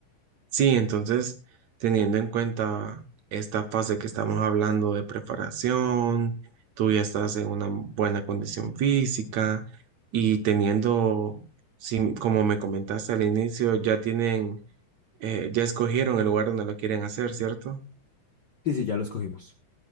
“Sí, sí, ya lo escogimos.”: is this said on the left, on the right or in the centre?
Left